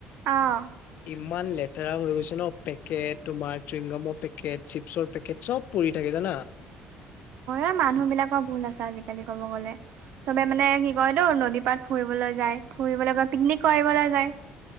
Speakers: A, on the right (about 70°); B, on the left (about 65°).
A: আহ
B: ইমান লেতেৰা হৈ গৈছে ন পেকেট তোমাৰ চুইংগামৰ পেকেট চিপছৰ পেকেটব পৰি থাকে জান আ
A: অ মানুহ বিলাকৰ ভুল আছে আজিকালি ক'ব গ'লে চবে মানে কি কয় তো নদী পাত ফুৰিবলৈ যায়। ফুৰিবলৈ বা পিকনিক কৰিবলৈ যায়।